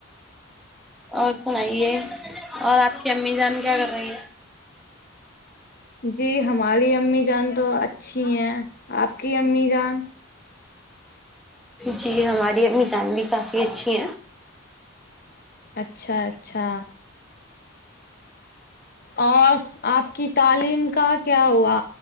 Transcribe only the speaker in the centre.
اور سنائیے اور آپ کی امی جان کیا کر رہی ہے
جی ہماری اممی جان بھی کافی اچھی ہیں